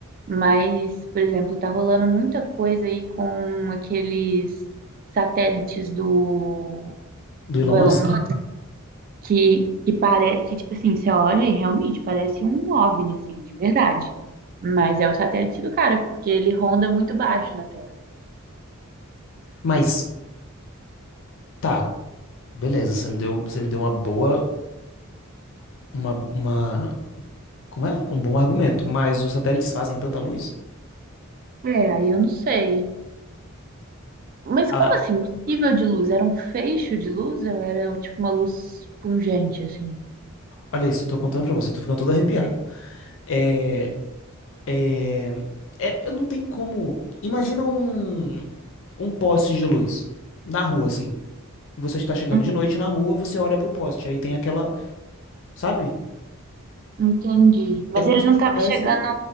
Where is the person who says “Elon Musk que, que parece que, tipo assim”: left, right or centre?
Right